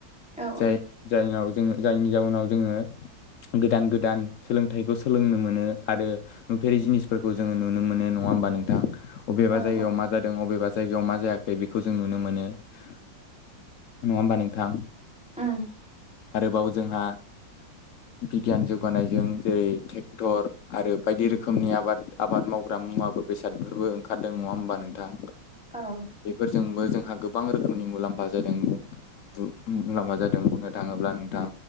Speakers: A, in the centre; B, on the left.
A: औ
B: जाय जायनाव जोङो जायनि जाउनाव जोङो गोदान गोदान सोलोंथाइखौ सोलोंनो मोनो आरो नुफेरि जिनिसफोरखौ जोङो नुनो मोनो। नङा होमबा नोंथां अबेबा
A: उम
B: जायगाव मा जादों अबेबा जायगायाव मा जायाखै बेखौ जों नुनो मोनो नङा होमबा नोंथां?
A: ओम।
B: आरोबाव जोंहा बिगियान जौगानायजों जेरै ट्रेक्टर आरो बायदि रोखोमनि आबाद आबाद मावग्रा मुवा बेसादफोरबो ओंखारदों नङा होमबा नोंथां
A: औ औ
B: बेफोरजोंबो जों गोबां रोखोमनि मुलाम्फा जादों बुं माबा जादों बुंनो थाङोब्ला नोंथां।